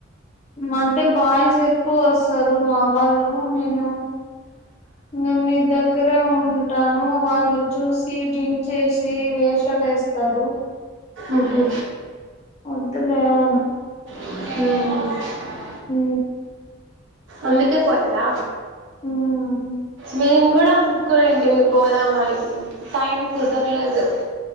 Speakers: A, on the left; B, on the right.
A: మంటే బాయ్స్ ఎక్కువ వొస్తారు, మా వాళ్ళు నేను. ఇంగ నీ దగ్గరే ఉంటాను, వాళ్ళు చూసి డ్రింక్ చేసి, వేష్. చలేస్తారు.
B: ఉహు.
A: అంతే లేనా
B: <unintelligible>
A: ఊ
B: అందుకే పోలేదా
A: ఉమ్
B: మేము కూడా అనుకునే ఏంటి మీ పోదామని టైం కుదరలేదు,